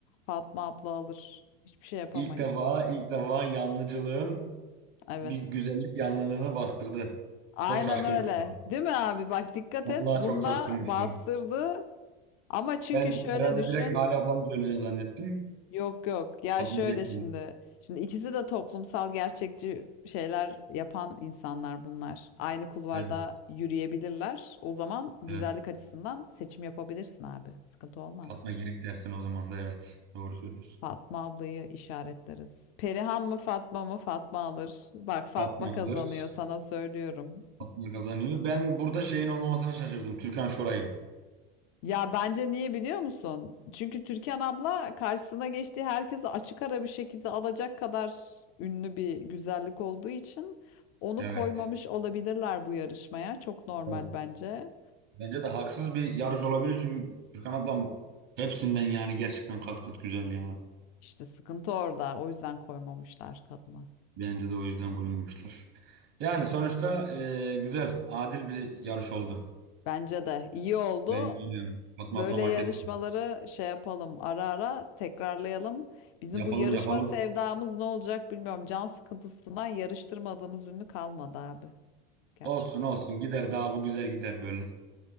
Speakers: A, on the left; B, on the right.
A: Fatma abla alır. Hiçbir şey yapamayız.
B: İlk defa ilk defa yanlıcılığın
A: Evet.
B: bir güzellik yanlılığını bastırdı.
A: Aynen
B: Çok şaşkınım.
A: öyle.
B: şu an.
A: Değil mi abi? Bak dikkat
B: Vallahi
A: et. Bunda
B: çok şaşkınım
A: bastırdı.
B: şu an.
A: Ama çünkü
B: Ben
A: şöyle
B: herhalde
A: düşün.
B: direkt Hale ablamı söyleyeceğim zannettim.
A: Yok yok. Ya
B: Fatma
A: şöyle
B: Girik
A: şimdi.
B: dedi.
A: Şimdi ikisi de toplumsal gerçekçi şeyler yapan insanlar bunlar. Aynı kulvarda
B: Evet,
A: yürüyebilirler. O zaman güzellik
B: evet.
A: açısından seçim yapabilirsin abi. Sıkıntı olmaz.
B: Fatma Girik dersin o zaman da evet. Doğru söylüyorsun.
A: Fatma ablayı işaretleriz. Perihan mı Fatma mı? Fatma alır. Bak Fatma
B: Fatma alır.
A: kazanıyor sana söylüyorum.
B: Fatma kazanıyor. Ben burada şeyin olmamasına şaşırdım. Türkan Şoray'ın.
A: Ya bence niye biliyor musun? Çünkü Türkan abla karşısına geçtiği herkesi açık ara bir şekilde alacak kadar ünlü bir güzellik olduğu için onu
B: Evet.
A: koymamış olabilirler bu yarışmaya. Çok normal
B: Doğru.
A: bence.
B: Bence de haksız bir yarış olabilir çünkü Türkan ablam hepsinden yani gerçekten kat kat güzel ya.
A: İşte sıkıntı orada. O yüzden koymamışlar kadına.
B: Bence de o yüzden koymamışlar. Yani sonuçta e, güzel, adil bir yarış oldu.
A: Bence de iyi oldu.
B: Bence de yani. Fatma
A: Böyle
B: ablam
A: yarışmaları
B: hak etti.
A: şey yapalım, ara ara tekrarlayalım. Bizim
B: Yapalım
A: bu yarışma
B: yapalım.
A: sevdamız ne olacak bilmiyorum. Can sıkıntısından yarıştırmadığımız ünlü kalmadı abi. Gerçek.
B: Olsun olsun gider daha bu güzel gider böyle.